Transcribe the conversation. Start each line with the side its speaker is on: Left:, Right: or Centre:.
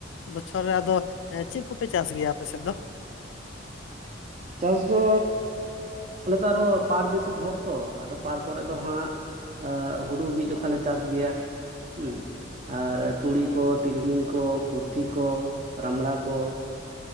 Left: ᱵᱚᱪᱷᱚᱨ ᱨᱮ ᱟᱫᱚ ᱮᱸ ᱪᱮᱜ ᱠᱚᱯᱮ ᱪᱟᱥ ᱜᱮᱭᱟ ᱟᱯᱮ ᱥᱮᱜ ᱫᱚ?
Right: ᱪᱟᱥ ᱫᱚ ᱟᱞᱮᱫᱚ ᱟᱨᱦᱚ ᱯᱟᱴ ᱫᱤᱥᱚᱢ ᱦᱚᱲ ᱛᱚ ᱟᱫᱚ ᱯᱟᱲ ᱠᱚᱨᱮ ᱫᱚ ᱦᱟᱸᱜ ᱮ ᱦᱩᱲᱩ ᱢᱤᱫ ᱡᱚᱠᱷᱟ ᱞᱮ ᱪᱟᱥ ᱜᱮᱭᱟ ᱦᱩ᱾ ᱟᱨ ᱛᱩᱲᱤ ᱠᱚ, ᱛᱤᱞᱢᱤᱧ ᱠᱚ, ᱠᱩᱨᱛᱷᱤ ᱠᱚ, ᱨᱟᱢᱲᱟ ᱠᱚ᱾